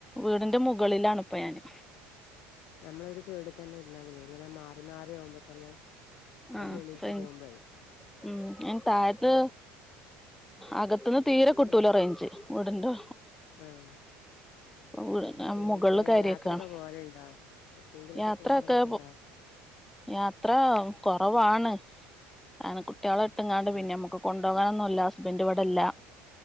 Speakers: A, in the centre; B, on the left.
A: വീടിന്റെ മുകളിലാണ് ഇപ്പോ ഞാന്
B: നമ്മളൊരു സൈഡി തന്നെ ഇര്ന്നാമതി ഇങ്ങനെ മാറി മാറി ആകുമ്പോ തന്നെ അവിടുന്ന്
A: ആഹ്
B: എണീറ്റ്
A: റേഞ്ച്
B: പോകുമ്പോ
A: ഉം എ താഴത്ത് അകത്തുന്ന് തീരെ കിട്ടൂലോ
B: ഉം
A: റെയ്ഞ്ച് ഇവിടണ്ടോ
B: ആഹ്
A: വീട്
B: പിന്നെ
A: മുകളില്
B: എന്തൊക്കെയ
A: കയറിയേക്കാണ്
B: യാത്രൊക്കെ പോവലുണ്ടോ എടുക്കെങ്കിലൊക്കെ
A: യാത്രയൊക്കെ
B: പോവലൊക്കെ ണ്ടോ
A: യാത്ര കൊറവാണ് അങ്ങനെകുട്ടിയാളെ ഇട്ടുംങ്ങാണ്ട്
B: തന്നെ
A: പിന്നെ നമ്മക്ക് കൊണ്ടോ കാനൊന്നുല്ല ഹസ്ബൻഡ് ഇവിടെല്ല